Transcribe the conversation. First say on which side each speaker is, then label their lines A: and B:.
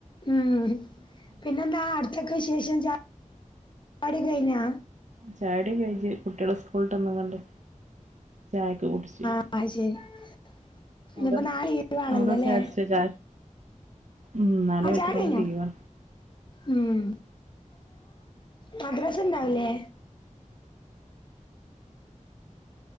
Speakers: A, on the left (about 35°); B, on the right (about 65°).
A: ഉം പിന്നെന്താ അടുത്തൊക്കെ ശേഷം ചാ <inaudible> ടിയൊക്കെയ്ഞ്ഞാ
B: ചായടിയൊ കെയ്ഞ്ഞ് കുട്ടിയേളെ സ്കൂള്ട്ടന്ന് ങ്ങാണ് ചായൊക്കെ കുടിച്ച്
A: <unintelligible> ഇനിയിപ്പോ
B: അവ്ടെ
A: നാളെ ലീവാണല്ലോ
B: അവ്ടെ വെച്ച്
A: അല്ലേ
B: അടിച്ചത ഉം നാളി
A: ആ
B: മറ്റന്നാളും
A: ചാടി കഴിഞ്ഞു
B: ലീവാ
A: ഉം മദ്രസ ഇണ്ടാവൂലേ